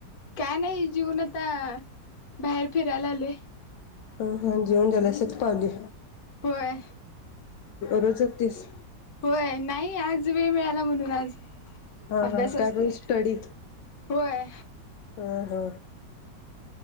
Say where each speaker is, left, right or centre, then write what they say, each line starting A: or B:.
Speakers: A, on the left; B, on the left.
A: काय नाही जीऊन आता बाहेर फिरायला आले
B: ह हांजी हन जाऊन झाले शत पावली
A: होय
B: रोज जातेस
A: होय नाही आज वेळ मिळाला म्हणून आज
B: हा
A: अभ्यास
B: हा
A: असते
B: कर मग स्टडी
A: होय
B: हा हा